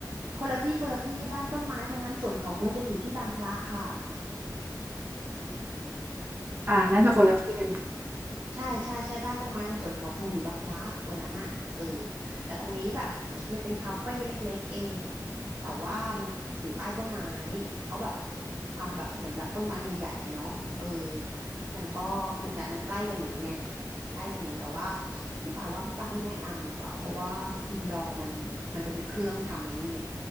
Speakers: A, on the right; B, on the right.
A: คนละที่ คนละที่ บ้านต้นไม้ตรงนั้นสวนเขาพลูจะอยู่ที่บางพระค่ะ
B: อ่าน่าจะคนละที่กัน
A: อืม ใช่ใช่ใช่บ้านตรงไม้ตรงสวนเขาพลูอยู่บางพระตัวนั้นน่ะเออแต่ตรงนี้แบบมันเป็นคาเฟ่เล็กๆเองแต่ว่ามันอยู่ใต้ต้นไม้เขาแบบทำแบบเหมือนแบบต้นไม้ใหญ่ๆเนาะเออมันก็มันแต่มันใกล้กับหนูไงใกล้กับหนูแต่ว่าพี่ป่าว่าพี่ป่าไม่แนะนำดีกว่าเพราะว่าอินดอร์มันมันจะมีเครื่องทำไอ้นี่ไง